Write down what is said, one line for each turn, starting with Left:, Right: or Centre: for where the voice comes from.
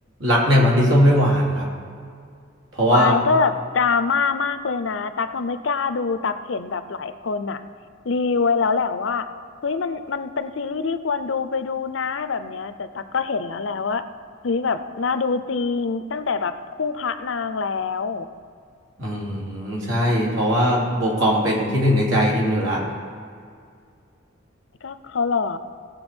Right: รักในวันที่ส้มไม่หวานครับเพราะว่า
Left: วายก็แบบดราม่ามากเลยนะตักก็ไม่กล้าดูตักเห็นแบบหลายคนอ่ะรีวิวไว้แล้วแหละว่าเฮ้ยมันมันเป็นซีรีส์ที่ควรดูไปดูนะแบบเนี้ยแต่ตักก็เห็นแล้วแหละว่าเฮ้ยแบบน่าดูจริงตั้งแต่แบบคู่พระนางแล้ว
Right: อืมใช่เพราะว่าโบกอมเป็นที่หนึ่งในใจฮิมอยู่ละ
Left: ก็เขาหล่อ